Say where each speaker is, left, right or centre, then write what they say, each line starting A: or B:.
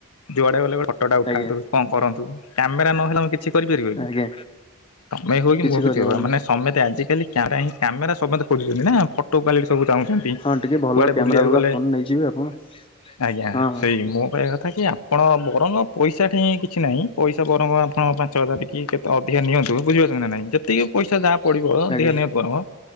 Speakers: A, on the left; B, on the left.
A: ଯୁଆଡେ ଗଲେ ଗୋଟେ ଫୋଟୋ ଟା ଉଠାନ୍ତୁ
B: ଆଜ୍ଞା
A: କଣ କରନ୍ତୁ କ୍ୟାମେରା ନହେଲେ ମୁଁ କିଛି କରିପାରିବ କି?
B: ଆଜ୍ଞା
A: ତମେ ହୁଅ କି
B: କିଛି
A: ମୁଁ କି
B: କରିହବନି
A: ଯିଏ ହଉ ଆମମାନେ ସମତେ ଆଜିକାଲି କ୍ୟା ପାଇଁ କ୍ୟାମେରା ସମସ୍ତେ ଖୋଜୁଛନ୍ତି ନା ଫଟ କ୍ୱାଲିଟି ସବୁ ଚାହୁଁଛନ୍ତି,
B: ହଁ ଟିକେ ଭଲ
A: କୁଆଡେ
B: କ୍ୟାମେରା
A: ବୁଲିବାକୁ
B: ବାଲା
A: ଗଲେ
B: ଫୋନ ନେଇଯିବେ ଆପଣ।
A: ଆଜ୍ଞା
B: ହଁ ହଁ
A: ସେଇ ମୋ କହିବା କଥା ଥା ଯେ ଆପଣ ବରଂ ପଇସା ଠି କି କିଛି ନାହିଁ ପଇସା ବରଂ ଆପଣ ପାଞ୍ଚ ହଜାର ଦେଖିକି କେତେ ଅଧିକା ନିଅନ୍ତୁ ବୁଝିପାରୁଛନ୍ତି ନା ନାହିଁ ଯେତିକି ପଇସା ଯା ପଡିବ
B: ଆଜ୍ଞା
A: ଦିଅ ନିଅ କରମ୍